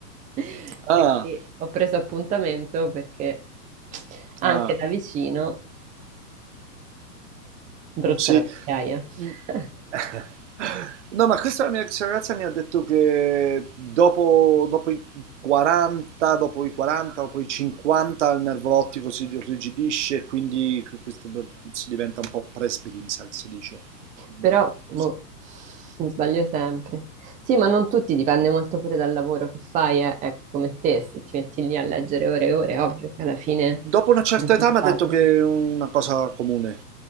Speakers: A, on the right; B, on the right.
A: <laughs> Quindi
B: Ah,
A: ho preso appuntamento perché anche
B: ah.
A: da vicino, brutta
B: Sì.
A: la vecchiaia.
B: <laughs>
A: <laughs>
B: Mh. No, ma questa la mia ex ragazza mi ha detto che dopo, dopo i 40, dopo i 40, dopo i 50 il nervo ottico si irrigidisce e quindi que- questo per- si diventa un po' presbite, mi sa che si dice. Non
A: Però,
B: mi ricordo.
A: boh,
B: sì.
A: mi sbaglio sempre. Sì, ma non tutti, dipende molto pure dal lavoro che fai, eh. Ecco, come te, se ti metti lì a leggere ore e ore, è ovvio che alla fine
B: Dopo una certa
A: è risultato,
B: età mi ha detto
A: no?
B: che è una cosa comune,